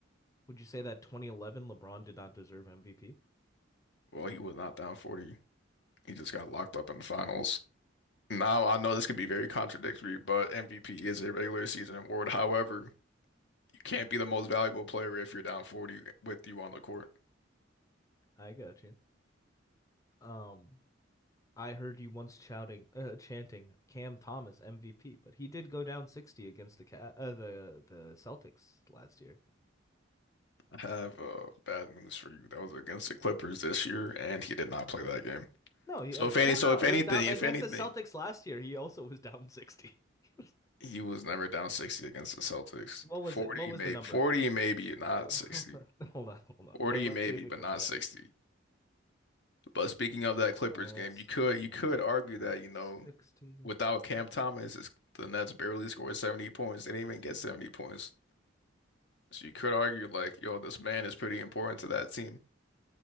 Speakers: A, on the left; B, on the left.
A: Would you say that 2011 LeBron did not deserve MVP?
B: Well, he was not down 40. He just got locked up in the finals. Now, I know this could be very contradictory, but MVP is a regular season award. However, you can't be the most valuable player if you're down 40 with you on the court.
A: I got you. Um, I heard you once shouting, uh, chanting Cam Thomas MVP, but he did go down 60 against the Ca- uh, the the Celtics last year.
B: I have uh, bad news for you. That was against the Clippers this year, and he did not play that game.
A: No, he,
B: So
A: uh,
B: if any,
A: no,
B: so
A: no,
B: if
A: no,
B: anything,
A: it was down against
B: if anything,
A: the Celtics last year. He also was down 60. <laughs>
B: He was never down 60 against the Celtics.
A: What was
B: 40
A: it? What was
B: maybe,
A: the number?
B: 40 maybe, not
A: Hold
B: 60.
A: on, <laughs> hold on, hold on.
B: 40
A: Let,
B: maybe,
A: us see if we
B: but
A: can
B: not
A: find
B: 60.
A: it.
B: But speaking of that Clippers
A: That's
B: game, you could you
A: um,
B: could argue
A: uh,
B: that, you know,
A: 60.
B: without Cam Thomas, it's, the Nets barely scored 70 points. They didn't even get 70 points. So you could argue like, yo, this man is pretty important to that team,